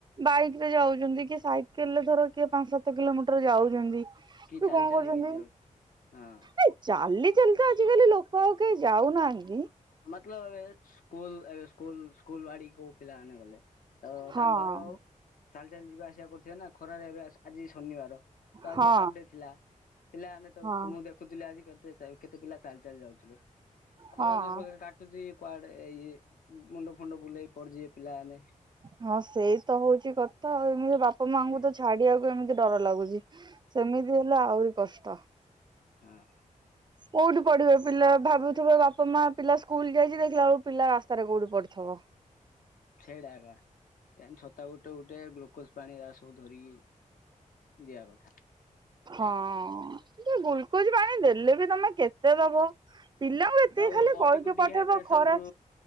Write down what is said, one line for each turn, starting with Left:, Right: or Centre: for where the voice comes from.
Right: ବାଇକ ରେ ଯାଉଛନ୍ତି କି ସାଇକେଲ ରେ ଧର କିଏ ପାଞ୍ଚ ସାତ କିଲୋମିଟର ଯାଉଛନ୍ତି। ତ
Left: କି ଚାଲି
Right: କଣ
Left: ଚାଲି
Right: କରୁଛନ୍ତି
Left: ବି ଯାଉଛି ହଁ।
Right: ଏ ଚାଲି ଚାଲି ତ ଆଜିକାଲି ଲୋକ ଆଉ କେହି ଯାଉନାହାନ୍ତି
Left: ମତଲବ ଏ ସ୍କୁଲ ଏ ସ୍କୁଲ ସ୍କୁଲ ବାଡ଼ିକୁ ପିଲା ମନେ ଗଲେ ତ
Right: ହଁ
Left: ତାଙ୍କ ଘର ଚାଲି ଚାଲି ଯିବା ଆସିବା କରୁଥିବେ ନା ଖରାରେ ଏବେ ଆଜି ଶନିବାର ତ ଆଜି
Right: ହଁ
Left: ହାଫ ଡେ ଥିଲା ପିଲାମାନେ ତ
Right: ହଁ
Left: ମୁଁ ଦେଖୁଥିଲି ଆଜି କେତେ କେତେ ପିଲା ଚାଲି ଚାଲି ଯାଉଥିଲେ ଖରା
Right: ହଁ
Left: ଯୋଉ ପ୍ରକାର କାଟୁଛି କୁଆଡେ ଇଏ ମୁଣ୍ଡ ଫୁଣ୍ଡ ବୁଲେଇ ପଡ଼ିଯିବେ ପିଲାମାନେ।
Right: ହଁ ସେଇ ତ ହଉଛି କଥା ଆଉ ଏମିତି ବାପା ମାଙ୍କୁ
Left: ହଁ
Right: ତ ଛାଡିବାକୁ ଏମିତି ଡ଼ର ଲାଗୁଛି ସେମିତି ହେଲେ ଆହୁରି କଷ୍ଟ।
Left: ହଁ
Right: କୋଉଠି ପଢିବେ ପିଲା ଭାବୁଥିବେ ବାପ ମା ପିଲା ସ୍କୁଲ ଯାଇଚି ଦେଖିଲା ବେଳକୁ ପିଲା ରାସ୍ତାରେ କୋଉଠି ପଡ଼ିଥିବ।
Left: <inaudible> ଛେଡ଼ାକା ଏକା ଏନ୍ ଛତା ଗୁଟେ ଗୋଟେ ଗ୍ଲୁକୋଜ ପାଣି ଏରା ସବୁ ଧରିକି ଦିଆ କଥା
Right: ହଁ ଗୁଲକୋଜ ପାଣି ଦେଲେବି ତମେ କେତେ ଦବ ପିଲାଙ୍କୁ ଏତିକି
Left: ତ
Right: ଖାଲି
Left: ବଡିକୁ
Right: କହିକି
Left: ଡିହାଇଡ୍ରେସନ
Right: ପଠେଇବ ଖରା
Left: ରୁ